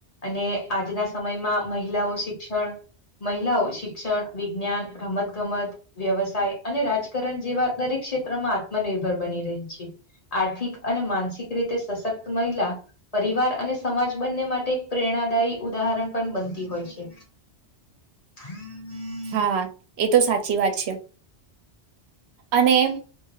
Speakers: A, on the left; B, on the right.
A: અને આજના સમયમાં મહિલાઓ શિક્ષણ મહિલાઓ શિક્ષણ વિજ્ઞાન રમત ગમત વ્યવસાય અને રાજકારણ જેવા દરેક ક્ષેત્રમાં આત્મનિર્ભર બની રહી છે. આર્થિક અને માનસિક રીતે સશક્ત મહિલા પરિવાર અને સમાજ બંને માટે એક પ્રેરણાદાયી ઉદાહરણ પણ બનતી હોય છે. <inaudible>
B: હા એ તો સાચી વાત છે અને એમ